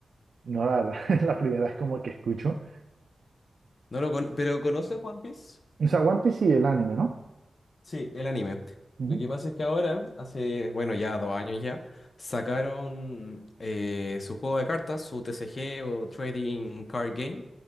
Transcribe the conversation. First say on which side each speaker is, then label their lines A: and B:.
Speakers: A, on the right; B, on the left.
A: No, la verdad, <laughs> es la primera vez como que escucho.
B: no lo con- pero ¿conoces One Piece?
A: O sea, One Piece y el anime, ¿no?
B: Sí, el anime.
A: Ujú.
B: Lo que pasa es que ahora, hace, bueno, ya dos años ya, sacaron eh, su juego de cartas, su TCG o Trading Card Game,